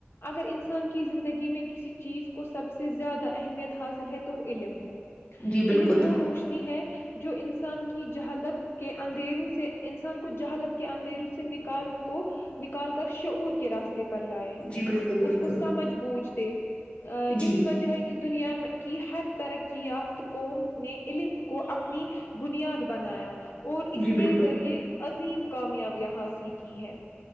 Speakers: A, on the left; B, on the left.
A: اگر انسان کی زندگی میں کسی چیز کو سب سے زیادہ اہمیت حاصل ہے تو وہ علم ہے
B: جی
A: علم
B: بالکل
A: وہ
B: بالکل
A: روشنی ہے جو انسان کی جہالت کے اندھیروں سے انسان کو جہالت کے اندھیروں سے نکال کو نکال کر شعور کیا کے راستے پر لائے
B: جی بالکل بالکل
A: اس کو سمجھ بوجھ دے <inaudible> یہی
B: جی
A: وجہ ہے کہ دنیا کی ہر ترق یافت قوم نے علم کو اپنی بنیاد بنایا اور اس
B: جی
A: کے
B: بالکل
A: ذریعے عظیم کامیابیاں حاصل کی ہیں